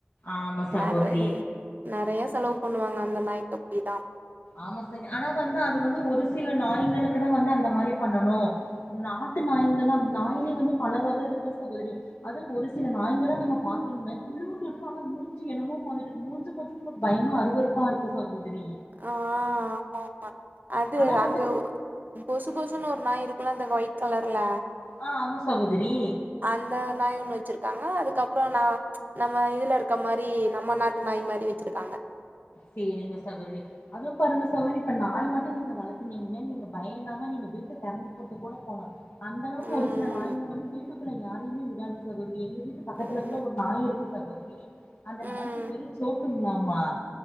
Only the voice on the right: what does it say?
நெறை நெறையா செலவு பண்ணுவாங்க அந்த நாய்க்கி அப்டி தா
ஆ ஆமா ஆமா அது
அங்க
பொசு பொசுன்னு ஒரு நாய் இருக்குல்ல அந்த ஒயிட் கலர்ல
அந்த நாய் ஒண்ணு வச்சிருக்காங்க அதுக்கப்றோ நா நம்ம இதுல இருக்க மாரி நம்ம நாட்டு நாய் மாரி வச்சிருக்காங்க
ம்
ம்
ம்